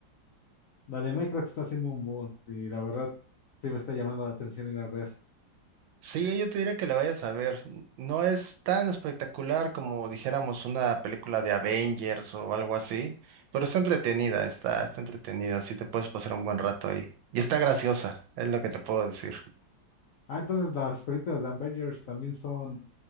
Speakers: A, on the left (about 70°); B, on the right (about 85°).
A: la de Minecraft está haciendo un boom y la verdad sí me está llamando la atención ir a ver.
B: Sí, yo te diría que la vayas a ver. No es tan espectacular como dijéramos una película de Avengers o algo así, pero está entretenida, está, está entretenida, sí te puedes pasar un buen rato ahí. Y está graciosa, es lo que te puedo decir.
A: Ah, entonces las películas de Avengers también son,